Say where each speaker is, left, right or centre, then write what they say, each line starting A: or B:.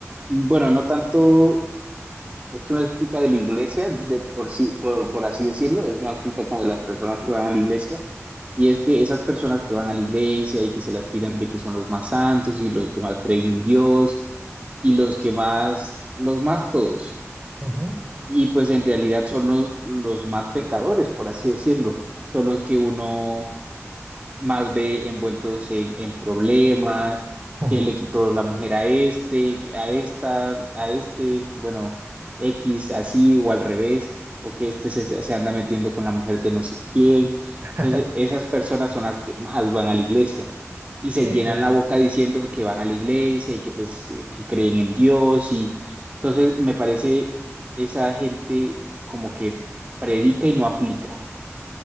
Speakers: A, on the right; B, on the right.
A: bueno, no tanto. Esto no es culpa de la iglesia, de por sí, por, por así decirlo, es más culpa como de las personas que van a la iglesia. Y es que esas personas que van a la iglesia y que se las tiran de que son los más santos y los que más creen en Dios y los que más, los más todos.
B: Ujú.
A: Y pues en realidad son los, los más pecadores, por así decirlo. Son los que uno más ve envueltos en, en problemas,
B: Mm.
A: que le quitó la mujer a este, a esta, a este, bueno, X así o al revés, o que este se, se anda metiendo con la mujer de no sé quién.
B: <laughs>
A: Entonces, esas personas son las que más van a la iglesia y
B: Sí,
A: se llenan
B: claro.
A: la boca diciendo que van a la iglesia y que pues eh, que creen en Dios y entonces me parece esa gente como que predica y no aplica.